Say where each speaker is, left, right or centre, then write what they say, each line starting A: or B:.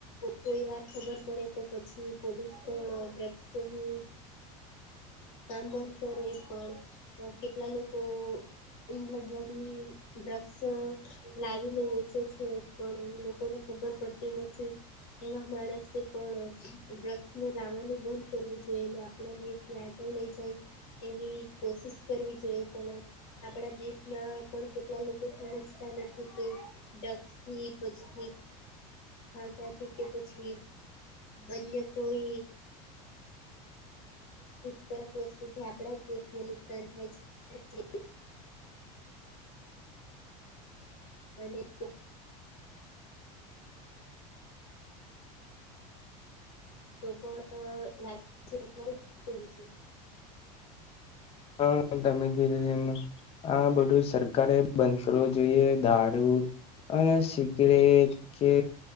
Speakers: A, on the left (about 70°); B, on the left (about 35°).
A: કોઈ વાર ખબર પડે. તો પછી પોલીસ પણ ડ્રગ્સનું કામ બંધ કરે પણ કેટલા લોકો ઇને લગ્યાલી ડ્રગસ લાવીને વેચે છે, પણ લોકોને ખબર પડતી નથી. એવા માણસે પણ ડ્રગ્સ ને લાવવાનું બંધ કરવું જોઈએ ને આપણા દેશ લઈ જાય એવી કોશિશ કરવી જોઈએ પણ આપણા દેશમાં પણ કેટલા લોકો સમજતા નથી કે ડ એ પછી જથી કે પછી અન્ય કોઈ ક વસ્તુથી આપડા દેશને નુકસાન થાય છે. અ તો પણ લે છેું છે.
B: હા તમે ગીધી એમ હા બધું સરકારે બંધ કરવું જોઈએ દારૂ અને સિગરેટ કે